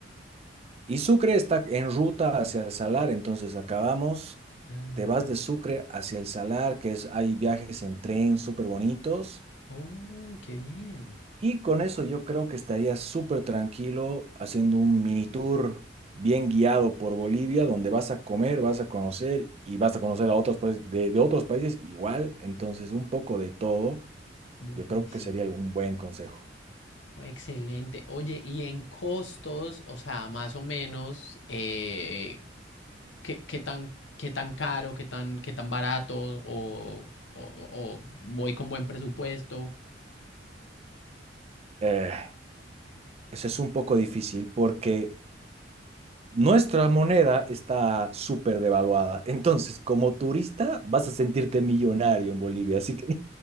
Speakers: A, on the right (about 35°); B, on the left (about 80°).
A: Y Sucre está en ruta hacia el salar, entonces acabamos,
B: Ah,
A: te vas de Sucre hacia el salar, que es, hay viajes en tren súper bonitos.
B: oh, qué bien.
A: Y con eso yo creo que estaría súper tranquilo haciendo un mini tour bien guiado por Bolivia, donde vas a comer, vas a conocer y vas a conocer a otros países de, de otros países igual. Entonces, un poco de todo,
B: Buenísimo.
A: yo creo que sería un buen consejo.
B: Oh, excelente. Oye, y en costos, o sea, más o menos, eh, ¿qué, qué tan, qué tan caro, qué tan, qué tan barato, o, o- o voy con buen presupuesto?
A: Eh, eso es un poco difícil porque nuestra moneda está súper devaluada. <laughs> Entonces, como turista, vas a sentirte millonario en Bolivia. Así que